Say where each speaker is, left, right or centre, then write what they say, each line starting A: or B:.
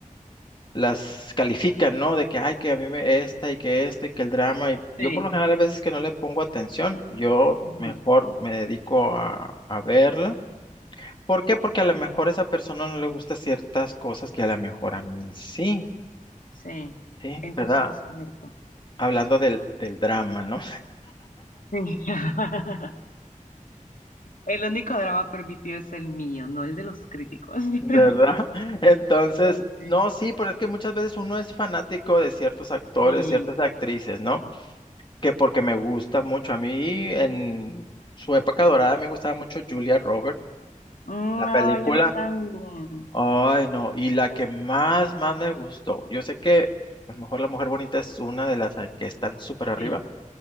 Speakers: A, on the left; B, on the left.
A: las califican, ¿no? De que, ay, que a mí me esta y que esto y que el drama. Y yo
B: Sí.
A: por lo general a veces que no le pongo atención, yo
B: ujú,
A: mejor me dedico a, a verla. ¿Por qué? Porque a lo mejor a esa persona no le gusta ciertas cosas que a lo mejor a mí sí,
B: Sí,
A: ¿sí?
B: eso
A: ¿Verdad?
B: sí es cierto.
A: Hablando del, del drama, ¿no?
B: Sí. <laughs> El único drama permitido es el mío, no el de los críticos. <laughs>
A: ¿Verdad? <laughs> Entonces,
B: No sé,
A: no, sí, pero es que muchas veces uno es fanático de ciertos actores,
B: Sí.
A: ciertas actrices, ¿no? Que porque me gusta mucho. A mí en su época dorada me gustaba mucho Julia Roberts,
B: Mm,
A: la película.
B: Ay, a mí también.
A: Ay, no, y la que más, más me gustó. Yo sé que a lo mejor La Mujer Bonita es una de las a- que están súper arriba,
B: Sí.